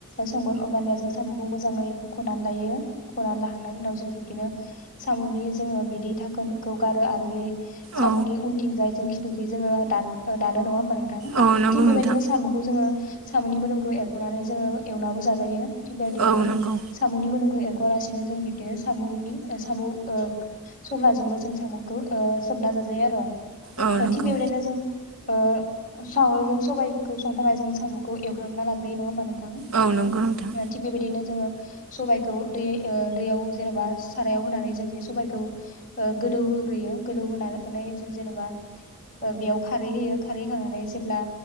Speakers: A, on the left; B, on the right.
A: संगोन अब्लानिया जों सामुखौ मोजाङै हुखनानै लायो हुखनानै लाखांनायनि उनाव जों बिब्दिनो सामनि जोंङो बिदि धाखोनखौ गारो आरो बे सामुनि
B: औ
A: उनथिंजायजों खि थुखै जोंङो दान ओ दानो नङा ओमबा‌‌ नों दथां।
B: औ नंगौ
A: थिग बेबायदिनो
B: नोंथां
A: सामखौ जोंङो सामनि मोदोमखौ एव खनानै जोंङो एवनाबो जाजायो थिग बायदिनो
B: औ
A: जों
B: नंगौ
A: सामनि मोदोमखौ ए खआ लासेनो जों बिदिनो सामनि ओ सामु ओ सफ्लाजोंबो जों सामखौ ओ सोबना जाजायो आरो ओ
B: औ नंगौ
A: थिग बेबायदिनो जों ओ सामजों सबायखौ संनो थाखाय जों सामखौ एवफ्रामना लाग्रो ग्रोयो नङा ओमबा नों थां?
B: औ नंगौ नोंथां
A: थिग बेबायदिनो जोंङो सबायखौ दै ओ दैयाव जेनेबा सारायाव होनानै जों बे सबायखौ ओ गोदौ होग्रोयो गोदौ होनानै जों जेनेबा ओ बेयाव खारै होयो खारै होखांनानै जेब्ला